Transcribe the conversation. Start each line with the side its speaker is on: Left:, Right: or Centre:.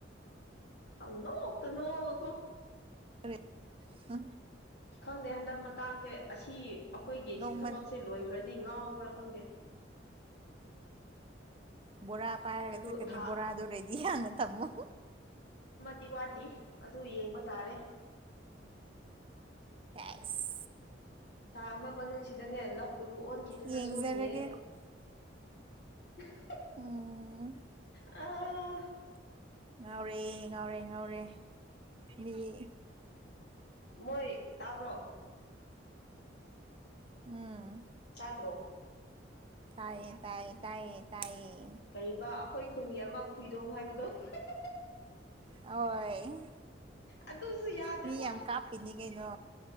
Left: ꯄꯪꯅꯣꯛꯇ ꯅꯣꯛꯑꯒ ꯀꫭ
Right: ꯐꯔꯦ ꯑ
Left: ꯈꯪꯗꯦ ꯍꯟꯗꯛ ꯃꯇꯥꯡꯁꯦ ꯑꯁꯤ ꯑꯩꯈꯣꯏꯒꯤ
Right: ꯅꯣꯡꯃꯟ
Left: ꯁꯤ ꯊꯕꯛꯁꯦ ꯂꯣꯏꯈ꯭ꯔꯗꯤ ꯉꯥꯎꯕ꯭ꯔꯥ ꯈꯪꯗꯦ
Right: ꯎꯝ ꯕꯣꯔꯥ ꯄꯥꯏꯔꯒ
Left: ꯑꯗꯨ
Right: ꯆꯠꯀꯅꯤ
Left: ꯊꯥ
Right: ꯕꯣꯔꯥꯗꫭꯔꯦꯗꯤ ꯍꯟꯅ ꯊꯝꯃꯣ
Left: ꯗꯤ ꯋꯥꯠꯂꯤ ꯑꯗꯨ ꯌꯦꯡꯕ ꯇꯥꯔꯦ
Right: ꯑꯦꯁ
Left: ꯊꯥ ꯑꯃ ꯃꯅꯨꯡꯁꯤꯗꯅꯦ ꯂꯞ ꯒꯨꯔꯨ ꯑꯣꯟꯈꯤꯗꯅ
Right: ꯌꯦꯡꯖꯔꯒꯦ
Left: ꯁꯣꯏꯅꯤ ꯑꯩ ꯍꯥ
Right: ꯑꯣ
Left: ꯑꯥ..
Right: ꯉꯥꯎ꯭ꯔꯦ ꯉꯥꯎ꯭ꯔꯦ ꯉꯥꯎ꯭ꯔꯦ ꯃꯤꯗꯤ
Left: ꯃꯣꯏ ꯇꯥꯕ꯭ꯔꯣ
Right: ꯎꯝ
Left: ꯇꯥꯗ꯭ꯔꯣ
Right: ꯇꯥꯏꯌꯦ ꯇꯥꯏꯌꯦ ꯇꯥꯏꯌꯦ ꯇꯥꯥꯏꯌꯦ
Left: ꯀꯩꯕꯥ ꯑꯩꯈꯣꯏ ꯈꯨꯟꯒꯤ ꯑꯃ ꯈꯨꯏꯗꯣꯝ ꯍꯥꯏꯕꯗꯣ ꯍꯥ ꯍꯥ
Right: ꯍꯣꯏ
Left: ꯑꯗꯨꯁꯨ ꯌꯥꯗꯦꯗ
Right: ꯃꯤ ꯌꯥꯝ ꯀꯥꯞꯄꯤꯅꯤ ꯀꯩꯅꯣ